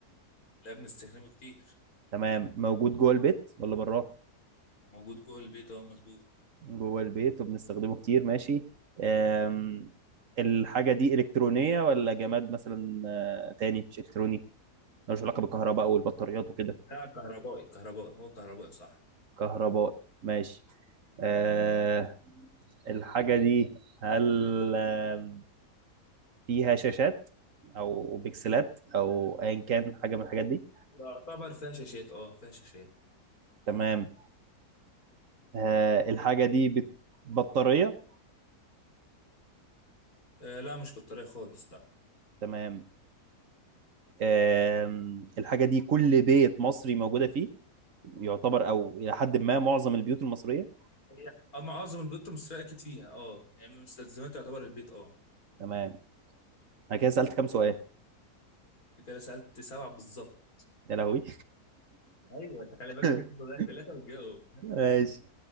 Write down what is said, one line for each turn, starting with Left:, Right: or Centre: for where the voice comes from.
Left: لا بنستخدمه كتير
Right: تمام موجود جوه البيت ولا براه؟
Left: موجود جوه البيت اهو مظبوط
Right: جوه البيت وبنستخدمه كتير ماشي آم الحاجة دي إلكترونية ولا جماد مثلا آه تاني مش إلكتروني ملوش علاقة بالكهرباء أو البطاريات وكده
Left: لا كهربائي كهربائي هو كهربائي صح
Right: كهرباء ماشي آه، الحاجة دي هل آه، فيها شاشات أو بكسلات أو أيا كان حاجة من الحاجات دي
Left: يعتبر فيها شاشات اه فيها شاشات
Right: تمام آه، الحاجة دي بت- بطارية
Left: آه لا مش بالطريقة خالص لا
Right: تمام آم، الحاجة دي كل بيت مصري موجودة فيه يعتبر أو إلى حد ما معظم البيوت المصرية
Left: هي اه معظم البيوت المصرية اكيد فيها اه يعني من مستلزمات يعتبر البيت اه
Right: تمام أنا كده سألت كام سؤال
Left: انت كده سألت سبعة بالظبط
Right: يا لهوي
Left: ايوه انت خلي بالك
Right: <laughs>
Left: عشان كده ضيعت ثلاثه وتجاوب
Right: ماشي